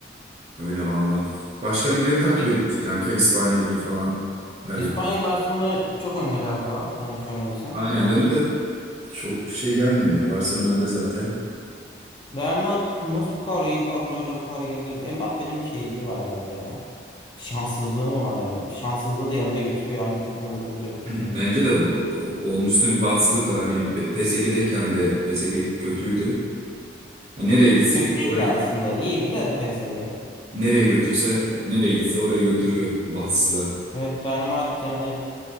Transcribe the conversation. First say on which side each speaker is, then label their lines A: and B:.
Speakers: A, on the right; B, on the left.
A: öyle valla. Başka ligleri takip
B: İlk
A: ediyorsun kanka. İspanya Ligi falan. La Liga.
B: İspanya Barcelona çok önde galiba. Yanlış görmediysem.
A: Aynen La Liga çok şey gelmiyor ya. Barcelona önde zaten.
B: Real Madrid nasıl bu kadar iyi kadroyla bu kadar geride? Mbappé'nin bir şeyliği var herhalde ya. Şanssızlığı mı var yani? Şanssızlığı da yanında götürüyor. Hangi takıma götürürse götürsün.
A: <clears throat> Bence de bu, onun üstünde bir bahtsızlık var. Hani P- PSG'deyken de PSG kötüydü. Hani nereye gitsek
B: Kötü değildi
A: oraya
B: aslında. İyiydi de PSG.
A: nereye götürse nereye gitse oraya götürüyor bahtsızlığa.
B: Evet Real Madrid yani